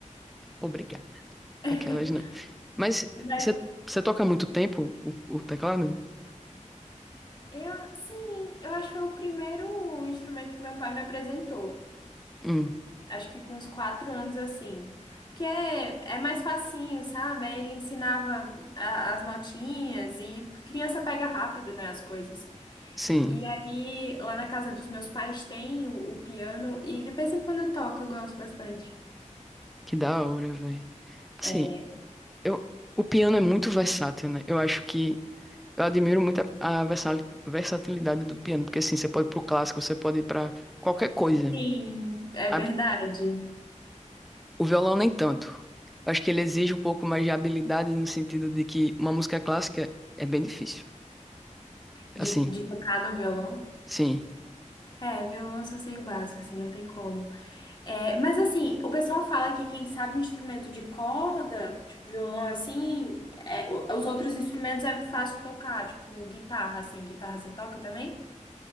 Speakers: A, in the centre; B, on the left.
A: Obrigada.
B: <laughs>
A: Aquelas, né? Mas
B: Mas
A: você você toca há muito tempo o, o teclado?
B: eu, sim, eu acho que foi o primeiro instrumento que meu pai me apresentou.
A: Hum,
B: Acho que com uns quatro anos assim. Porque é, é mais facinho, sabe? Aí Ele ensinava a- as notinhas e criança pega rápido, né, as coisas.
A: sim.
B: E aí, lá na casa dos meus pais tem o, o piano e de vez em quando eu toco, eu gosto bastante.
A: Que da hora, velho. Assim,
B: É,
A: eu, o piano é muito versátil, né? Eu acho que eu admiro muito a, a versa- versatilidade do piano, porque assim, você pode ir pro clássico, você pode ir pra qualquer coisa.
B: sim, é
A: A-
B: verdade.
A: O violão nem tanto. Eu acho que ele exige um pouco mais de habilidade no sentido de que uma música clássica é bem difícil.
B: De,
A: Assim,
B: de tocar no violão?
A: sim.
B: É, violão eu só sei o básico, assim, não tem como. É, mas assim, o pessoal fala que quem sabe um instrumento de corda, tipo violão assim, é, o- os outros instrumentos é fácil tocar, tipo guitarra, assim, guitarra você toca também?